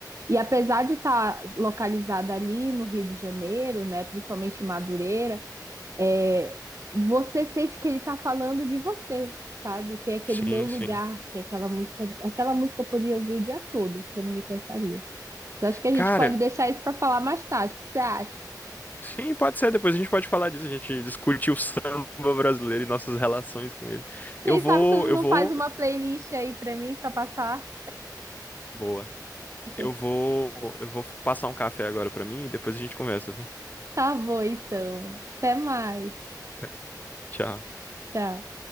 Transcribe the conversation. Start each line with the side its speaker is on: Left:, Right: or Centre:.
Right: E apesar de estar localizada ali no Rio de Janeiro, né, principalmente em Madureira, é, você sente que ele tá falando de você, sabe? Tem aquele
Left: Sim,
Right: meu lugar,
Left: sim.
Right: que é aquela música, aquela música eu poderia ouvir o dia todo, que eu não me cansaria. Mas acho que a
Left: Cara,
Right: gente pode deixar isso pra falar mais tarde. O que você acha?
Left: sim, pode ser. Depois a gente pode falar disso. A gente discute o samba brasileiro e nossas relações com ele.
Right: Quem
Left: Eu vou,
Right: sabe tu
Left: eu
Right: não
Left: vou.
Right: faz uma playlist aí pra mim pra passar?
Left: Boa.
Right: <laughs>
Left: Eu vou, eu vou passar um café agora pra mim e depois a gente conversa, viu?
Right: Tá bom, então. Até mais.
Left: <laughs> Tchau.
Right: Tchau.